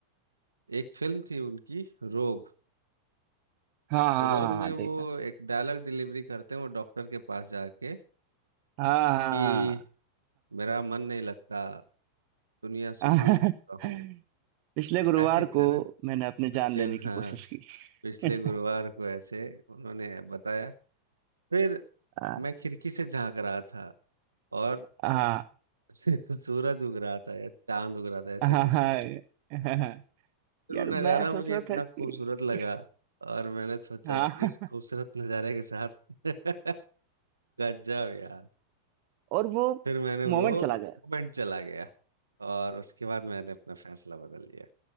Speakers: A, on the right; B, on the right.
A: एक फिल्म थी उनकी रोग
B: हाँ हाँ
A: तो रोग
B: हाँ
A: में
B: हाँ
A: वो
B: देखा
A: एक डायलॉग डिलीवरी करते हैं वो डॉक्टर के पास जाके
B: हाँ हाँ
A: कि मेरा मन नहीं लगता दुनिया से
B: हाँ
A: ऊब चुका
B: <laughs>
A: हूँ
B: पिछले गुरुवार
A: ऐसे ही था
B: को
A: ना
B: मैंने अपनी जान
A: पिछले
B: लेने की
A: हाँ
B: कोशिश की
A: पिछले
B: <laughs>
A: गुरुवार को ऐसे उन्होंने बताया फिर
B: हाँ
A: मैं खिड़की से झांक रहा था और
B: हाँ
A: <laughs> सूरज उग रहा था या चांद उग रहा था ऐसे
B: हाँ
A: कुछ
B: हाँ,
A: था
B: हाँ।
A: फिर
B: यार
A: वो नज़ारा
B: मैं सोच
A: मुझे
B: रहा
A: इतना
B: था कि
A: खूबसूरत लगा और मैंने सोचा
B: <laughs>
A: कि
B: हाँ
A: इस खूबसूरत नज़ारे के साथ <laughs> गजब यार
B: और वो
A: फिर मैंने
B: मोमेंट
A: वो
B: चला गया
A: मोमेंट चला गया और उसके बाद मैंने अपना फैसला बदल लिया